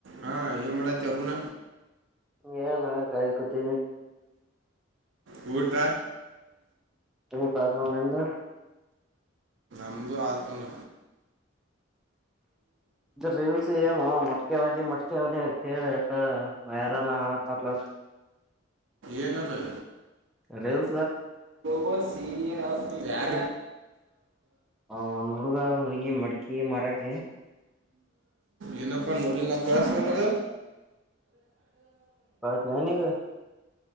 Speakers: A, on the right; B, in the centre.
A: ಹಾ ಏ ಮಾಡಾತಿ ಅರುಣ
B: ಗೆ ಕಾಯ ಕೊತಿದ್ದವಿ
A: ಕಊಟ
B: ವು ಕಾರನ ನಿ ಅಂದ
A: ನ್ದು ಆರ್ಕೂಲ್ಲ
B: ರೀಲ್ಸ್ ಏನು ಮೊಟಕೆವಾಲಿ ಮೊಟಕೆವಳಿ ಅಂತೇಳ ವೈರಲ್ ಆಣತ್ತಲ
A: ಏನದು
B: ರೇಲ್
A: ಬ ಸೀನಿಯರ್ ಆ
B: ಹ್ ಹುಡುಗ ಹುಡ್ಗಿ ಮಡ್ಕಿ ಮಾರಕ
A: ಇನಪ್ಪ ಡಿ ನ ಕಳಸ ನ ಮರ
B: ಹಟ್ಲನಗ